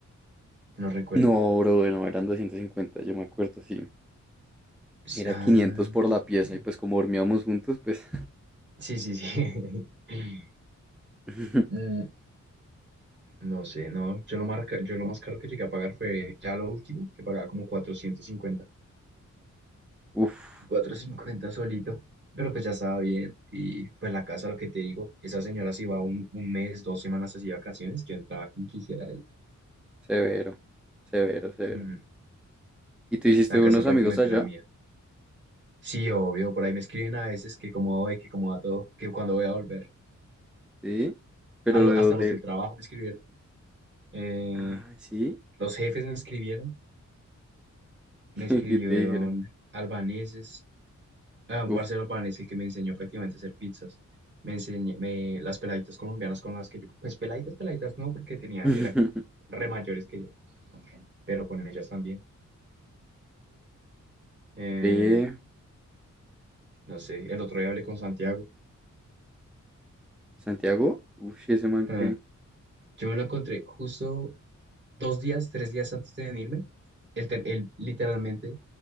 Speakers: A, on the right; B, in the centre.
A: No recuerdo.
B: No, bro, no, eran doscientos cincuenta yo me acuerdo, sí.
A: S-
B: Era
A: ah,
B: quinientos por la pieza
A: eh,
B: y pues como dormíamos juntos, pues...
A: sí, sí, sí. <laughs>
B: <laughs>
A: Mm, No sé, no. Yo lo, marca, yo lo más caro que llegué a pagar fue ya lo último, que pagaba como cuatrocientos cincuenta
B: Uf,
A: cuatrocientos cincuenta solito. Pero pues ya estaba bien. Y pues la casa, lo que te digo, esa señora se iba un, un mes, dos semanas así de vacaciones. Yo entraba a quien quisiera ahí.
B: severo, severo, severo.
A: Mm,
B: ¿Y tú hiciste
A: La
B: unos
A: casa prácticamente
B: amigos allá?
A: era mía. Sí, obvio, por ahí me escriben a veces que cómo voy, que cómo va todo, que cuando voy a volver.
B: Sí, pero
A: A lo-
B: ¿de
A: hasta
B: dónde?
A: los del trabajo me escribieron. Eh,
B: Ah, sí,
A: los jefes me escribieron me
B: <laughs>
A: escribieron
B: ¿qué te dijeron?
A: albaneses, ah, un
B: Uf.
A: parcero albanés el que me enseñó prácticamente a hacer pizzas. Me enseñé, me, las peladitas colombianas con las que yo, pues peladitas, peladitas no, porque tenían,
B: <laughs>
A: eran re mayores que yo, pero con ellas también. Eh,
B: Ve,
A: no sé, el otro día hablé con Santiago.
B: Santiago, uff, ese man
A: Ah,
B: que...
A: Yo me lo encontré justo dos días, tres días antes de venirme. Él, te- él literalmente,